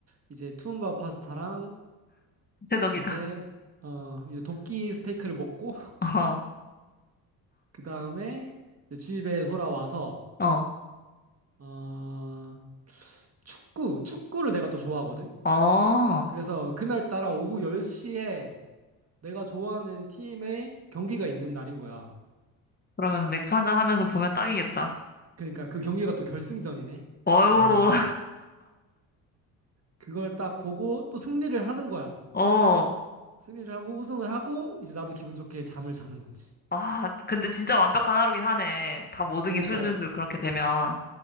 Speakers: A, on the right; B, on the left.
A: 이제 투움바 파스타랑
B: 구체적이다.
A: 이제 어 이제 도끼 스테이크를 먹고 <laughs>
B: <laughs>
A: 그 다음에 집에 돌아와서
B: 어, 어,
A: 어 축구 축구를 내가 또 좋아하거든.
B: 어.
A: 그래서 그날 따라 오후 10시에 내가 좋아하는 팀의 경기가 있는 날인 거야.
B: 그러면 맥주 한 잔 하면서 보면 딱이겠다.
A: 그러니까 그 경기가 또 결승전이네.
B: 어유,
A: 와, 그걸 딱 보고 또 승리를 하는 거야.
B: <laughs> 어.
A: 승리를 하고 우승을 하고 이제 나도 기분 좋게 잠을 자는 거지.
B: 아, 근데 진짜 완벽한 하루긴 하네. 다 모든
A: 그러니까
B: 게 술술술
A: 어,
B: 그렇게 되면.